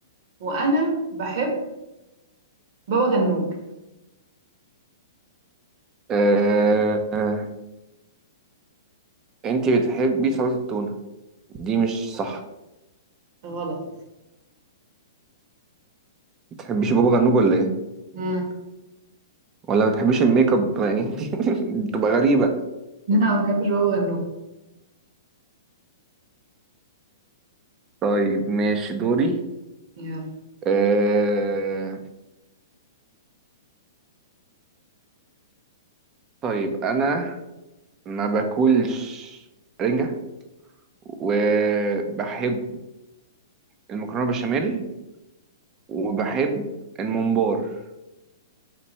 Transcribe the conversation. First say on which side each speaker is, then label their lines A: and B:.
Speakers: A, on the right; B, on the right.
A: وانا بحب بابا غنوج
B: آه، آه، انتي بتحبي سلطه التونه دي مش
A: غلط
B: صح
A: غلط
B: بتحبيش بابا غنوج ولا ايه
A: مم. <laughs>
B: ولا ما بتحبيش الميك اب يعني <laughs> بتبقى غريبة
A: لا ما بحبش بابا غنوج
B: طيب ماشي دوري
A: يلا
B: أه... طيب انا ما باكلش رنجة وبحب المكرونة بشاميل وبحب الممبار